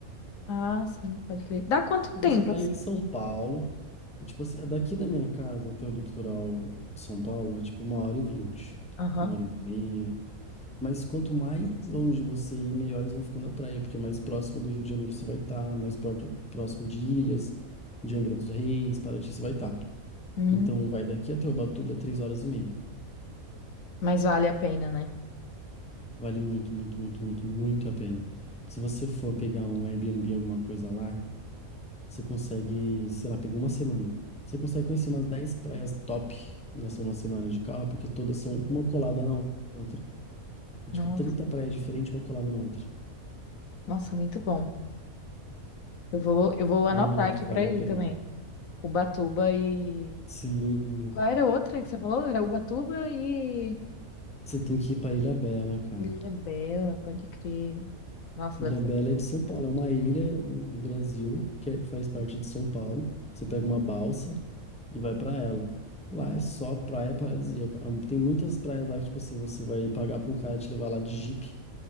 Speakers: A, on the left; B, in the centre.
A: Ah, sim, pode crer. Dá quanto
B: Você
A: tempo?
B: tá
A: assim?
B: em São Paulo, e, tipo assim, é daqui da minha casa até o litoral de São Paulo é tipo uma hora e vinte,
A: Aham.
B: uma hora e meia. Mas quanto mais longe você ir, melhores vão ficando a praia, porque mais próximo do Rio de Janeiro você vai estar, mais perto, próximo de Ilhas, de Angra dos Reis, Paraty você vai estar.
A: Hum,
B: Então vai daqui até Ubatuba, três horas e meia.
A: mas vale a pena, né?
B: Vale muito, muito, muito, muito, muito a pena. Se você for pegar um Airbnb, alguma coisa lá, você consegue, sei lá, pegou uma semana. Você consegue conhecer umas 10 praias top nessa uma semana de carro, porque todas são uma colada na outra. É tipo,
A: Nossa.
B: 30 praias diferentes, uma colada na outra.
A: Nossa, muito bom. Eu vou, eu vou anotar
B: É um rolê
A: aqui
B: que vale
A: pra ir
B: a pena.
A: também. Ubatuba e.
B: Sim,
A: Qual era a outra que você falou? Era Ubatuba e.
B: você tem que ir pra Ilha Bela cara.
A: Ilha Bela, pode crer. Nossa,
B: Ilha
A: deve ser.
B: Bela é de São Paulo, é uma ilha do Brasil que é- faz parte de São Paulo. Você pega uma balsa. e vai pra ela. Lá é só praia paradisíaca. Ah, Tem muitas praias lá que, tipo assim, você vai pagar pra um cara te levar lá de Jeep